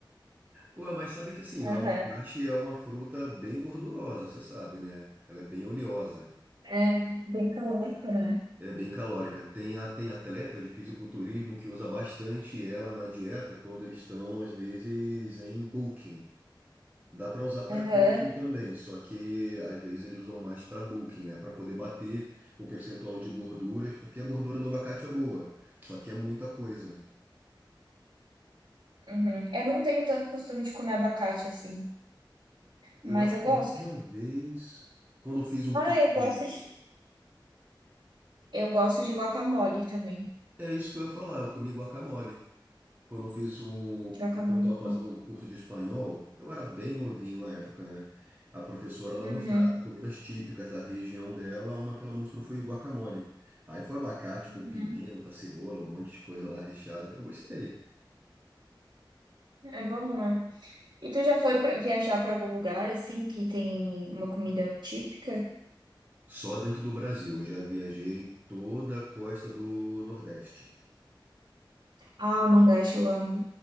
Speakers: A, on the right; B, on the right.
A: Pô, mas sabe que assim, o
B: Aham,
A: abacate é uma fruta bem gordurosa, você sabe, né? Ela é bem oleosa,
B: É bem calórico, né?
A: é bem calórica. Tem, a- tem atleta de fisiculturismo que usa bastante ela na dieta quando eles estão, às vezes, em bulking. Dá para usar para
B: aham,
A: cutting também, só que às vezes eles usam mais para bulking, né? Para poder bater o percentual de gorduras, porque a gordura do abacate é boa, só que é muita coisa.
B: uhum. Eu não tenho tanto costume de comer abacate assim,
A: Eu
B: mas
A: acho que
B: eu
A: eu
B: gosto.
A: comi uma vez, quando eu fiz um
B: Ah,
A: curso
B: eu
A: de...
B: gosto de, eu gosto de guacamole também.
A: É isso que eu ia falar, eu comi guacamole. Quando eu fiz o,
B: Guacamole.
A: quando eu estava
B: é bom.
A: fazendo o curso de espanhol, eu era bem novinho na época, né? A professora, ela
B: Uhum.
A: mostrava comidas típicas da região dela, uma que ela mostrou foi o guacamole. Aí foi abacate com
B: Uhum.
A: pimenta, cebola, um monte de coisa lá recheada. Eu gostei.
B: É bom, né? E tu já foi pra, viajar para algum lugar assim que tem uma comida típica?
A: Só dentro do Brasil, eu já viajei toda a costa do Nordeste.
B: Ah, o Nordeste eu amo.